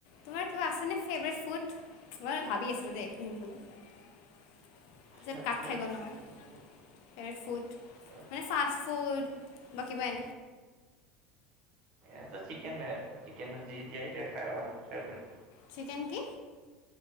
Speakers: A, on the left; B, on the right.
A: তোমাৰ কিবা আছে নে ফেভৰেট ফুড? মই মানে ভাবি আছোঁ দেই <inaudible> <unintelligible>
B: ফেভৰেট
A: কাঠে খাই গ'ল নহয়,
B: ফুড
A: কে ফুড
B: ফেভৰেট
A: মানে ফাষ্ট ফুড বাকী বাই
B: এ চিকেন নাই চিকেন যি দিয়া এতিয়া খাই ভাল ফেভৰেট।
A: চিকেন কি?